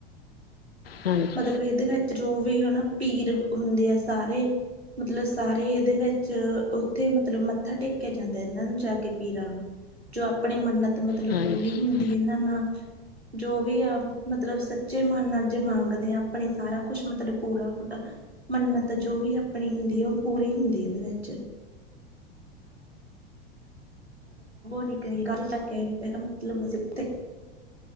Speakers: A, on the left (about 70°); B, on the right (about 85°).
A: ਹਾਂਜੀ
B: ਮਤਲਬ ਇਦੇ ਵਿੱਚ ਰੂ ਵੀ ਏਨਾ ਪੀਰ ਵੀ ਹੁੰਦੇ ਆ ਸਾਰੇ। ਮਤਲਬ ਸਾਰੇ ਏਦੇ ਵਿੱਚ ਉਥੇ ਮਤਲਬ ਮੱਥਾ ਟੇਕਿਆ ਜਾਂਦਾ ਏ ਨਾ ਏਨਾਂ ਨੂੰ ਜਾ ਕੇ ਪੀਰਾਂ ਨੂੰ। ਜੋ ਆਪਣੀ ਮੰਨਤ ਮਤਲਬ
A: ਹਾਂਜੀ ਹਾਂਜੀ
B: ਪੂਰੀ ਹੁੰਦੀ ਇਹਨਾਂ ਨਾ ਜੋ ਵੀ ਆ ਮਤਲਬ ਸੱਚੇ ਮਨ ਨਾਲ ਜੇ ਮੰਗ ਦੇ ਆ, ਆਪਣੇ ਸਾਰਾ ਕੁਛ ਮਤਲਬ ਪੂਰਾ ਹੁੰਦਾ। ਮੰਨਤ ਜੋ ਵੀ ਆਪਣੀ ਹੁੰਦੀ, ਉਹ ਪੂਰੀ ਹੁੰਦੀ ਏਦੇ ਵਿੱਚ। ਰ ਹੀ ਗਈ ਕ ਤ ਪਦਾ ਮਤਲਬ ਅ <unintelligible>